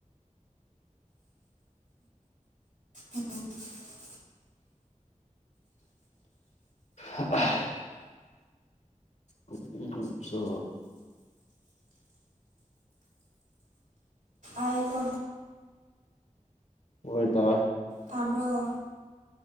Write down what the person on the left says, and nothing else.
ꯍꯑ <unintelligible> ꯆꯥ
ꯑꯣꯏꯇꯣꯋꯦ